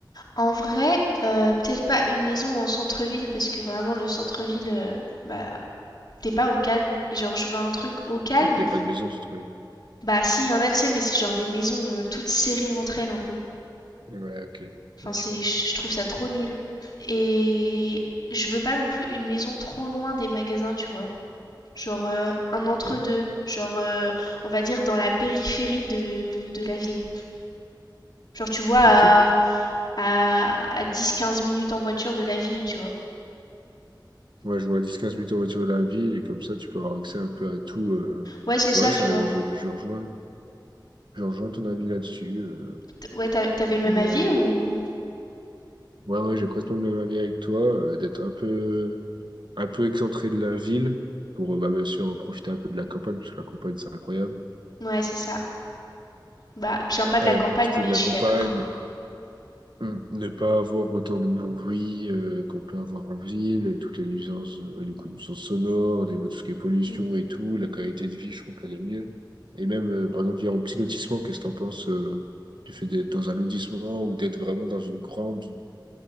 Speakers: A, on the left (about 60°); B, on the right (about 70°).
A: En vrai, euh, peut-être pas une maison en centre-ville parce que vraiment le centre-ville, euh, bah, t'es pas au calme. Et genre, je veux un truc au calme.
B: Ah, puis il n'y a pas de maison, c'est trop bien.
A: Bah, si, y en a, tu sais, mais c'est genre des maisons euh, toutes serrées entre elles un peu.
B: Ouais, ok.
A: Enfin,
B: Ouais,
A: c'est,
B: je vois.
A: je je trouve ça trop nul. Et je veux pas non plus une maison trop loin des magasins, tu vois. Genre euh, un entre-deux.
B: Ok.
A: Genre, euh, on va dire dans la périphérie de, de la ville. Genre, tu vois, à,
B: Ok.
A: à, à dix quinze minutes en voiture de la ville, tu vois.
B: Moi, je vois 10-15 minutes en voiture de la ville et comme ça, tu peux avoir accès un peu à tout. euh.
A: Ouais, c'est ça,
B: Ouais, je,
A: tu vois.
B: je, je rejoins, je rejoins ton avis là-dessus. euh.
A: T- Ouais, t'a- t'avais
B: Donc,
A: le même
B: on est
A: avis
B: à-
A: ou...
B: Ouais, ouais, j'ai complètement le même avis avec toi, euh, d'être un peu, un peu excentré de la ville pour, euh, bah, bien sûr, profiter un peu de la campagne, parce que la campagne, c'est incroyable.
A: Ouais, c'est ça. Bah, je viens pas de
B: euh,
A: la campagne,
B: profiter
A: mais
B: de la
A: je
B: campagne,
A: suis d'accord.
B: mm, ne pas avoir autant de bruit euh, qu'on peut avoir en ville, et toutes les nuisances, euh, les coups de nuisances sonores, au niveau de tout ce qui est pollution
A: Mm.
B: et tout, la qualité de vie, je trouve qu'elle est mieux. Et même, euh, par exemple, via un petit lotissement, qu'est-ce que t'en penses euh, du fait d'être dans un lotissement ou d'être vraiment dans une grande...